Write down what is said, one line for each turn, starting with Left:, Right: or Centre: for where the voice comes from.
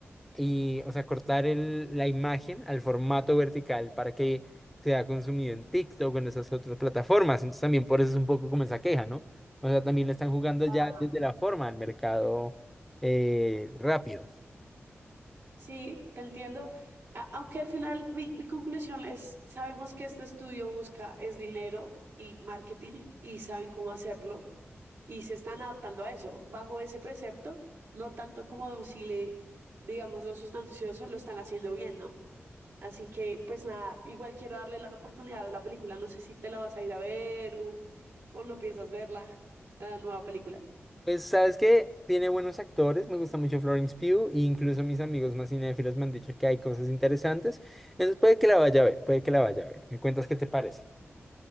Centre: y, o sea, cortar el- la imagen al formato vertical para que sea consumido en TikTok o en esas otras plataformas. Entonces también por eso es un poco como esa queja, ¿no? O sea, también le están jugando
Right: Ah,
Centre: ya desde la forma al mercado eh, rápido.
Right: Sí, te entiendo. A- Aunque al final mi, mi conclusión es, sabemos que este estudio busca es dinero y marketing y saben cómo hacerlo. y se están adaptando a eso, bajo ese precepto, no tanto como de un le, digamos, los sustanciosos lo están haciendo bien, ¿no? Así que, pues nada, igual quiero darle la oportunidad de la película, no sé si te la vas a ir a ver o, o no piensas verla, la nueva película.
Centre: Pues, ¿sabes qué? Tiene buenos actores, me gusta mucho Florence Pugh, e incluso mis amigos más cinéfilos me han dicho que hay cosas interesantes. Entonces puede que la vaya a ver, puede que la vaya a ver. Me cuentas qué te parece.